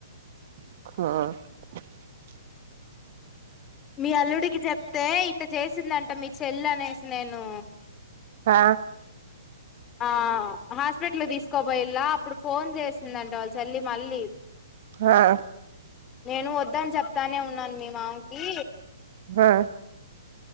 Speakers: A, on the right (about 50°); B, on the left (about 20°).
A: ఆ
B: మీ అల్లుడికి చెప్తే ఇట్ట చేసిందంట మీ చెల్ల అనేసి నేను
A: ఆ
B: ఆ హాస్పిటల్ తీసుకోబోయిల్ల అప్పుడు ఫోన్ చేసిందంట వాళ్ళ చెల్లి మళ్ళీ
A: హా
B: నేను వద్దని చెప్తానే ఉన్నాను మీ మామకి
A: ఆ